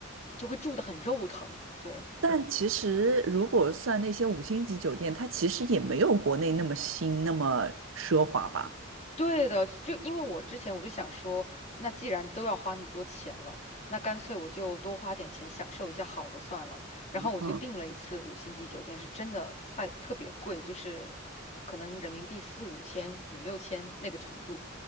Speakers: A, on the left (about 35°); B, on the right (about 75°).
A: 你就会住得很肉疼。对。
B: 但其实如果算那些五星级酒店，它其实也没有国内那么新，那么奢华吧。
A: 对的，就因为我之前我就想说，那既然都要花那么多钱了，那干脆我就多花点钱享受一下好的算了。然后我就订了一次五星级酒店，
B: 嗯，
A: 是真的太特别贵，就是可能人民币四五千、五六千那个程度，